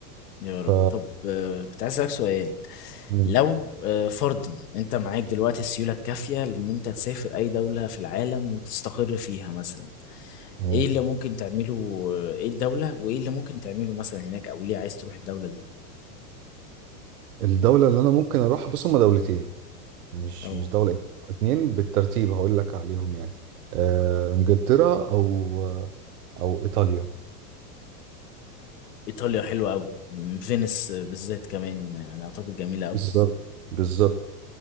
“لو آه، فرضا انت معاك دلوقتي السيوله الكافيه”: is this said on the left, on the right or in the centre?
Left